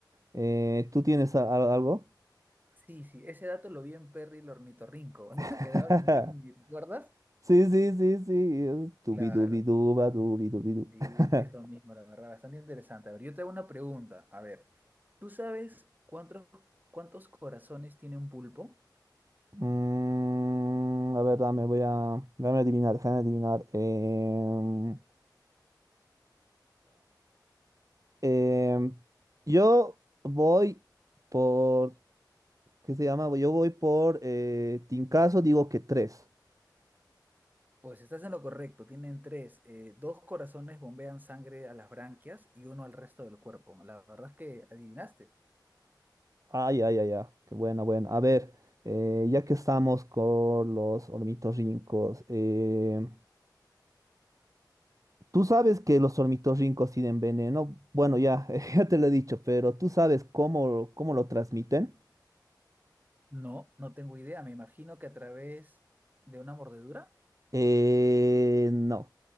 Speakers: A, on the right (about 45°); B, on the right (about 25°).
A: Eh, ¿tú tienes a- a- algo?
B: Sí, sí, ese dato lo vi en Perry el ornitorrinco, <laughs>
A: <laughs>
B: que daba en Disney, ¿te acuerdas?
A: Sí, sí, sí, sí. es Dubi
B: Claro,
A: dubi duba, dubi dubi du.
B: sí,
A: <laughs>
B: es lo mismo, la verdad, bastante interesante. A ver, yo te hago una pregunta. A ver, ¿tú sabes cuántos, cuántos corazones tiene un pulpo?
A: Mm, a ver, dame, voy a. Dame adivinar, déjame adivinar. Eh, Em, yo voy por, ¿qué se llama? Yo voy por eh, Tincaso, digo que tres.
B: Pues estás en lo correcto, tienen tres. Eh, dos corazones bombean sangre a las branquias y uno al resto del cuerpo. La verdad es que adivinaste.
A: Ay, ay, ay, ay. Qué buena, buena. A ver, eh, ya que estamos con los ornitorrincos, eh, tú sabes que los ornitorrincos tienen veneno. Bueno, ya, <laughs> ya te lo he dicho, pero tú sabes cómo, cómo lo transmiten.
B: No, no tengo idea. Me imagino que a través de una mordedura.
A: Eh, no.